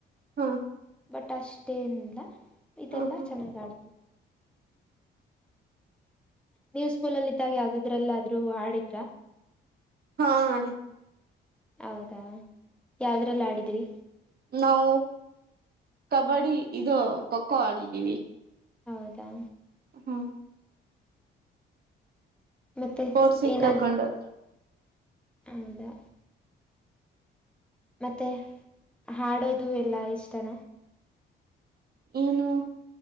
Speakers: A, on the right; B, in the centre.
A: ಹಾ
B: ಬಟ್ ಅಷ್ಟೇನಿಲ್ಲ ಇದೆಲ್ಲ
A: ಹಾ ಹಾ
B: ಚೆನ್ನಾಗ ಆಡ್ತಿದವಿ ನೀವು ಸ್ಕೂಲಲ್ಲಿ ಇದ್ದಾಗ ಯಾವ್ದಾದ್ರಲ್ಲಾದ್ರೂ ಆಡಿದ್ರ
A: ಹಾ ಆಡಿದ್ದೆ
B: ಹೌದಾ ಯಾವ್ದ್ರಲ್ ಆಡಿದ್ರಿ.
A: ನಾವು ಕಬಡ್ಡಿ ಇದು ಖೋ ಖೋ ಆಡಿದ್ದೀವಿ.
B: ಹೌದಾ
A: ಹ್ಮ್
B: ಮತ್ತೆ
A: ಸ್ಪೋರ್ಟ್ಸಿಗೆ
B: ಏನಾ
A: ಕರ್ಕೊಂಡೋದ್ರು
B: ಹೌದಾ ಮತ್ತೆ ಹಾಡೋದು ಎಲ್ಲಾ ಇಷ್ಟನ.
A: ಏನು